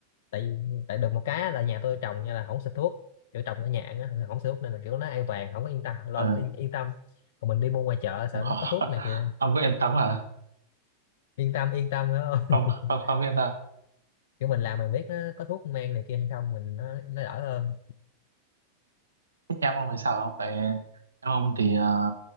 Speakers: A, on the left; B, on the right.
A: tại tại được một cái là nhà tôi trồng nha là không xịt thuốc kiểu trồng ở nhà ăn á không, không xịt thuốc nên là kiểu nó an toàn không có yên tâm lo
B: ừ,
A: yên, yên tâm còn mình đi mua ngoài chợ sợ
B: không, khó.
A: nó có thuốc này kia
B: <laughs> không có yên tâm hả?
A: yên tâm yên tâm phải không
B: Không,
A: <laughs>
B: không, không có yên tâm.
A: kiểu mình làm mình biết nó có thuốc men này kia hay không mình nó nó đỡ hơn
B: Thế Em ông thì sao không? Tại em ông thì ờ,